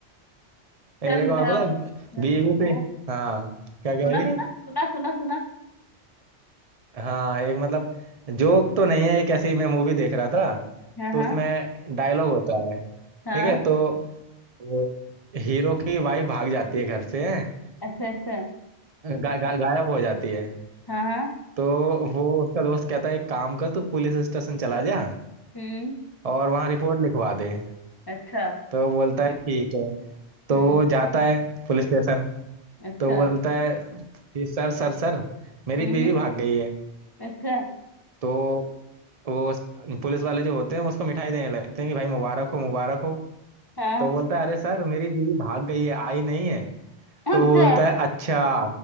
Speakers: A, on the left; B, on the right.
A: चल
B: एक
A: मैं
B: और पता
A: अब-
B: है
A: हाँ
B: बीवी
A: हाँ,
B: से हाँ क्या कह
A: सुना
B: रही
A: सुना
B: है
A: सुना सुना सुना
B: हाँ एक मतलब जोक तो नहीं है एक ऐसी मैं मूवी देख रहा था
A: हाँ
B: तो
A: हाँ
B: उसमें डायलॉग होता है ठीक
A: हाँ
B: है तो वो हीरो की वाइफ भाग जाती है घर से
A: अच्छा अच्छा
B: गा, गा, गायब हो जाती है
A: हाँ हाँ
B: तो वो उसका दोस्त कहता है एक काम कर तू पुलिस स्टेशन चला जा
A: हम्म
B: और वहाँ रिपोर्ट लिखवा दे
A: अच्छा
B: तो बोलता है ठीक है तो
A: हम्म
B: वो जाता है पुलिस स्टेशन
A: अच्छा
B: तो बोलता है कि सर सर सर मेरी
A: हम्म
B: बीवी
A: हम्म,
B: भाग गई है
A: अच्छा
B: तो वो स- पुलिस वाले जो होते हैं उसको मिठाई देने लगते हैं कि भाई मुबारक हो मुबारक हो
A: हाँ
B: तो बोलता है अरे सर मेरी बीवी भाग गई है आई नहीं है तो
A: अच्छा
B: बोलता है अच्छा